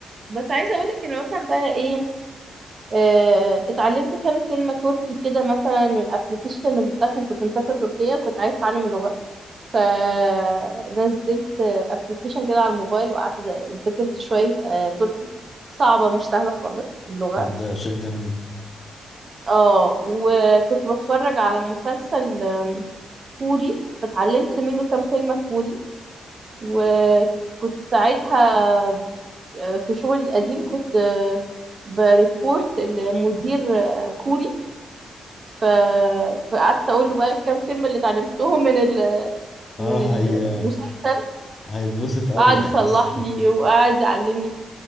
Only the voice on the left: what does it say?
طب ده شيء جميل
اه
هي هيتبسط قوي
هيحس